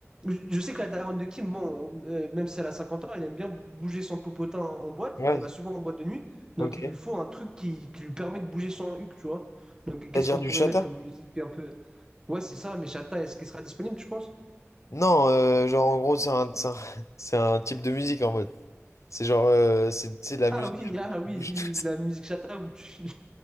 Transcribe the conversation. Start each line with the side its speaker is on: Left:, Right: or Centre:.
Right: je, je sais que la daronne de Kim, bon, euh, même si elle a 50 ans, elle aime bien bou- bouger son popotin en, en boîte.
Left: ouais,
Right: Elle va souvent en boîte de nuit.
Left: ok.
Right: Donc, il lui faut un truc qui, qui lui permet de bouger son huc, tu vois. Donc, qu'est-ce
Left: C'est-à-dire
Right: qu'on
Left: du
Right: pourrait
Left: chata?
Right: mettre comme musique un peu. Ouais, c'est ça, mais Chata, est-ce qu'elle sera disponible, tu penses?
Left: Non, euh, genre en gros, c'est un, c'est un, <laughs> c'est un type de musique en mode. C'est genre, euh, c'est, c'est de la
Right: Ah
Left: musique.
Right: oui, ah oui,
Left: <laughs>
Right: oui, oui, la musique chata où tu.